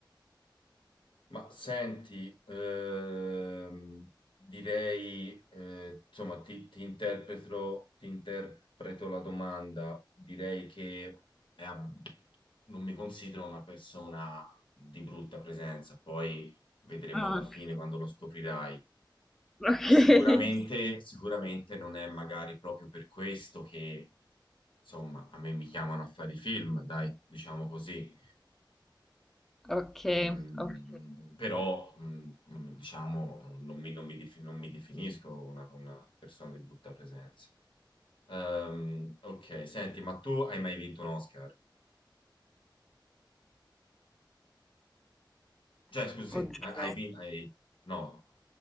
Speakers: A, on the left (about 85°); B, in the centre.
A: Ma senti, ehm, direi, eh, insomma, ti, ti interpreto, ti interpreto la domanda. Direi che è ab- non mi considero una persona di brutta presenza, poi vedremo
B: Ah,
A: alla fine
B: <laughs>
A: quando lo scoprirai.
B: ok.
A: Sicuramente, sicuramente non è magari proprio per questo che, insomma, a me mi chiamano a fare i film, dai, diciamo così.
B: Ok,
A: Mm,
B: ok.
A: però, mm, mm, diciamo, non mi, non mi defi- non mi definisco una, una persona di brutta presenza. Ehm, ok, senti, ma tu hai mai vinto un Oscar? Cioè, scusi, sì,
B: Oddio,
A: hai, hai vinto... hai- No,